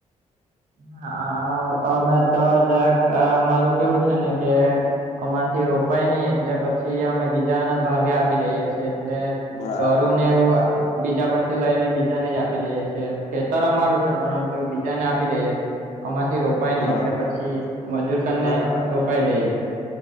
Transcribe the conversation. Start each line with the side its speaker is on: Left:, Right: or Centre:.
Right: હ અમે તો જરાક મારું કેવું છે ને કે અમાંથી રોપાય નઈ એટલે પછી અમે બીજા ના ભાગે આપી દઈએ છ છે એટલે
Left: બરાબર
Right: ટોરુને એવું બીજા પરથી લઈને બીજાને જ આપી દેએે છીએ ખેતર અમારું છે પરંતુ બીજાને આપ ી દઈએ આમાંથી રોપાય
Left: હા
Right: નહી એટલે પછી મજૂર કરીને
Left: બરાબર
Right: રોપાઈ દઈએ